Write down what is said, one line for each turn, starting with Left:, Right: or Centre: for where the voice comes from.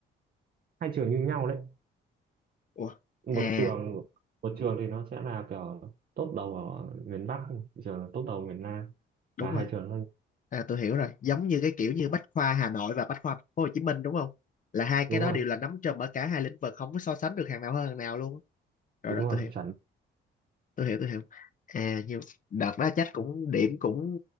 Right: hai trường như nhau đấy
Left: Ủa,
Right: một
Left: à
Right: trường một trường thì nó sẽ là kiểu top đầu ở miền Bắc một trường là top đầu miền Nam
Left: đúng
Right: và hai
Left: rồi
Right: trường thôi
Left: À tôi hiểu rồi, giống như cái kiểu như Bách khoa Hà Nội và Bách khoa Thành phố Hồ Chí Minh đúng không? Là hai cái
Right: đúng
Left: đó
Right: rồi
Left: đều là nắm trùm ở cả hai lĩnh vực không có so sánh được hàng nào hơn hàng nào luôn. Rồi
Right: đúng
Left: rồi
Right: rồi
Left: tôi hiểu,
Right: chuẩn
Left: tôi hiểu, tôi hiểu. À nhưng đợt đó chắc cũng điểm cũng